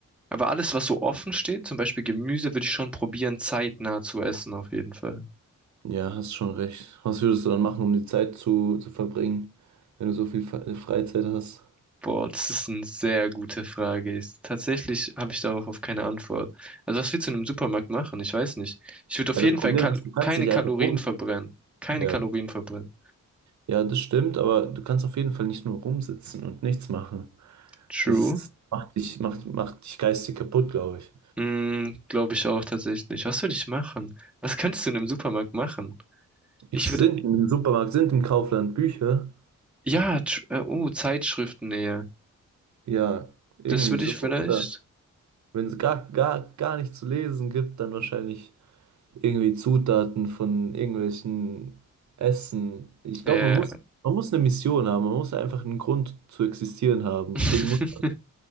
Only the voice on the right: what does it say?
Ja, hast schon recht. Was würdest du dann machen, um die Zeit zu, zu verbringen, wenn du so viel Fe- Freizeit hast?
Ja, das
Problem
ist, du kannst
nicht
einfach rum.
Ja,
ja, das stimmt, aber du kannst auf jeden Fall nicht nur rumsitzen und nichts machen.
Das macht dich, macht, macht dich geistig kaputt, glaube ich.
Es
sind im Supermarkt, sind im Kaufland Bücher?
Ja, irgendwie
so,
oder?
Wenn es gar, gar, gar nichts zu lesen gibt, dann wahrscheinlich irgendwie Zutaten von irgendwelchen Essen. Ich
glaube, man muss, man muss eine Mission haben, man muss einfach einen Grund zu existieren haben. Deswegen
muss